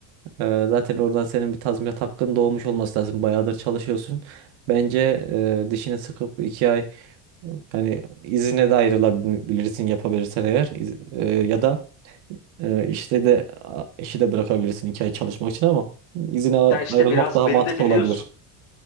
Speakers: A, on the right (about 70°); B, on the left (about 65°).
A: e, zaten oradan senin bir tazminat hakkın doğmuş olması lazım. Bayağıdır çalışıyorsun. Bence e, dişini sıkıp iki ay yani izine de ayrılabilirsin yapabilirsen eğer İz- e, ya da e, işte de a- işi de bırakabilirsin iki ay çalışmak için ama izine a-
B: Ya işte
A: ayrılmak
B: biraz
A: daha
B: beni
A: mantıklı
B: de biliyorsun.
A: olabilir.